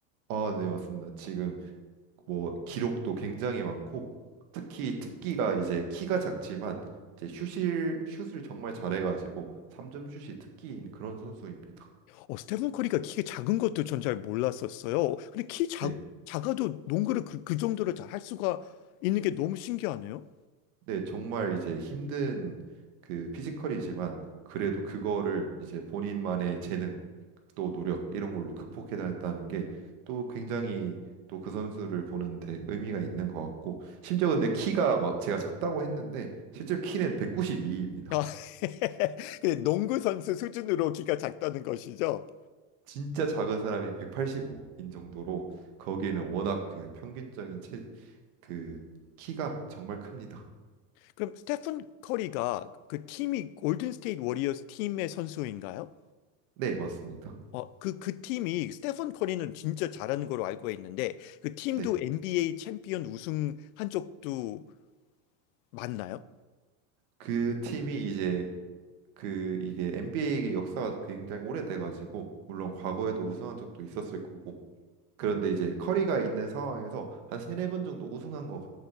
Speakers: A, on the right; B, on the left.
A: 아, 네, 맞습니다. 지금 뭐 기록도 굉장히 많고 특히 특기가 이제 키가 작지만 이제 슛을 슛을 정말 잘해가지고 3점 슛이 특기인 그런 선수입니다.
B: 어, 스테펀 커리가 키가 작은 것도 전 잘 몰랐었어요. 근데 키 작,
A: 네,
B: 작아도 농구를 그, 그 정도로 잘 할 수가 있는 게 너무 신기하네요.
A: 네 정말 이제 힘든 그 피지컬이지만 그래도 그거를 이제 본인만의 재능 또 노력 이런 걸로 극복해냈다는 게 또 굉장히 또 그 선수를 보는데 의미가 있는 것 같고 심지어 근데 키가 막 제가 작다고 했는데 실제 키는 192입니다.
B: 아, <laughs> 근데 농구 선수 수준으로 키가 작다는 것이죠.
A: 진짜 작은 사람이 185인 정도로 거기는 워낙 그 평균적인 체, 그 키가 정말 큽니다.
B: 그럼 스테픈 커리가 그 팀이 골든 스테이트 워리어스 팀의 선수인가요?
A: 네, 맞습니다.
B: 어, 그, 그 팀이 스테픈 커리는 진짜 잘하는 걸로 알고 있는데 그 팀도
A: 네.
B: NBA 챔피언 우승한 적도 맞나요?
A: 그 팀이 이제 그 이게 NBA의 역사가 굉장히 오래돼 가지고 물론 과거에도 우승한 적도 있었을 거고 그런데 이제 커리가 있는 상황에서 한 세네 번 정도 우승한 것